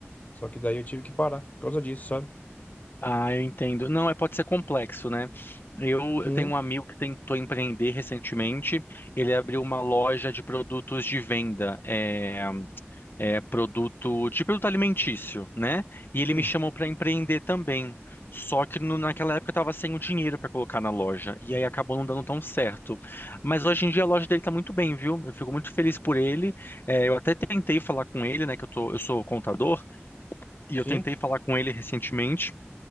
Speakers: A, on the left; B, on the left.
A: Só que daí eu tive que parar por causa disso, sabe?
B: Ah, eu entendo. Não, é, pode ser complexo, né? Eu,
A: Sim,
B: eu tenho um amigo que tentou empreender recentemente. Ele abriu uma loja de produtos de venda. É, é, produto de produto alimentício, né? E
A: sim,
B: ele me chamou para empreender também. Só que no- naquela época eu estava sem o dinheiro para colocar na loja e aí acabou não dando tão certo. Mas hoje em dia a loja dele está muito bem, viu? Eu fico muito feliz por ele. É, eu até tentei falar com ele, né? Que eu tô, eu sou contador e
A: sim,
B: eu tentei falar com ele recentemente.